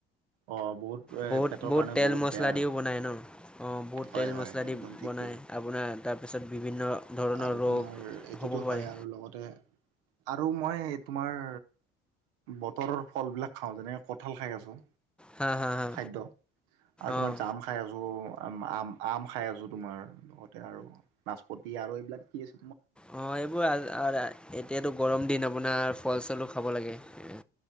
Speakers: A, on the right; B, in the centre.
A: অ বহুত এ
B: বহুত-বহুত
A: পেটৰ কাৰণে
B: তেল
A: বহুত
B: মছলা
A: বেয়া আৰু
B: দিও বনায় ন, অ বহুত
A: হয়
B: তেল
A: হয়
B: মছলা দি
A: একদম ঠিক
B: বনায়
A: কৈছা
B: আপোনাৰ তাত তাৰপিছত বিভিন্ন ধৰণৰ
A: আৰু
B: ৰোগ
A: তোমাৰ এইটোতো
B: হ'ব পাৰে
A: হয় আৰু লগতে আৰু মই তোমাৰ বতৰৰ ফলবিলাক খাওঁ যেনেকৈ কঁঠাল খাই আছোঁ
B: হা হা হা
A: খাদ্য আৰু তোমাৰ
B: অঁ
A: জাম খাই আছো, আম-আম আম খাই আছো তোমাৰ লগতে আৰু নাচপতি আৰু এইবিলাক কি আ
B: অ এইবোৰ আ আ এতিয়াতো গৰম দিন আপোনাৰ ফল চলো খাব লাগে এ